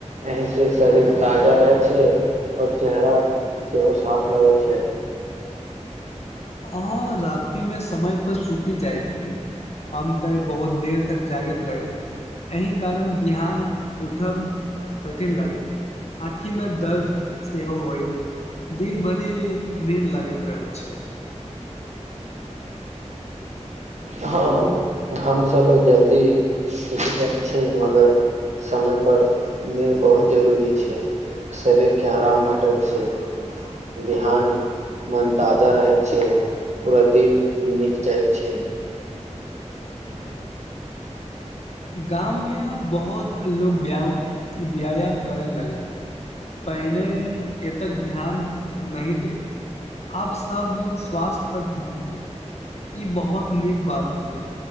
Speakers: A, on the right; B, on the left.
A: एहिसँ शरीर ताजा रहैत छै ओर चेहरा सेहो साफ लगैत छै
B: अहाँ राति मे समय पर छूतीी जाइत छी हम तऽ बहुत देर तक जागैत रहैत एहि कारण बिहान उठब कठिन लागैत आँखि मे दर्द सेहो होय दिन भरि नीन्द लगैत रहैत छैिय
A: हँ हमसभ जल्दी सच जाइत छी मगर समयपर नी बहुत जरूरी छै शरीरके आराम भेटैत छै बिहान मन ताजा रहैत छै पूरा दिन नीक जाइत छै <unintelligible>
B: गाममे यहाँ बहुत लोग ब्य व्यायाम करै लगे पहिने ए तक ध्यान नहि देत आप सब स्वास्थ्य पर ध्यान दे ई बहुत नीक बात छै